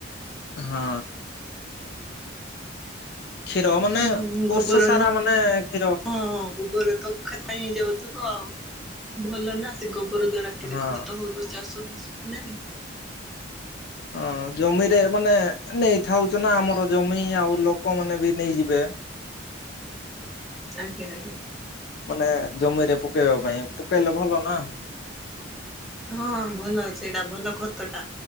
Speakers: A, on the left; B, in the centre.
A: ହଁ। କ୍ଷୀର ମାନେ
B: ହୁଁ
A: ବର୍ଷ
B: ଗୋବରର
A: ସାରା ମାନେ କ୍ଷୀର।
B: ହଁ ଗୋବର। ତ ଖ ପାଇଁ ହେଇ ଯାଉଥିବ ଆଉ ଭଲ ନା ସେ ଗୋବର ଦ୍ଵାରା କେତେ
A: ହଁ
B: ଖତ ହଉ ଉ ଚାଷ ଫାସ କୁ ନାହିଁ।
A: ହଁ ଜମିରେ ମାନେ ନେଇ ଥାଉଛ ନା ଆମର ଜମି ଆଉ ଲୋକମାନେ ବି ନେଇଯିବେ।
B: ଆଜ୍ଞା ଆଜ୍ଞା।
A: ମାନେ ଜମିରେ ପକେଇବା ପାଇଁ ପକେଇଲେ ଭଲ ନା।
B: ହଁ ଭଲ ଅଛି ଏଇଟା ଭଲ ଖତ ଟା।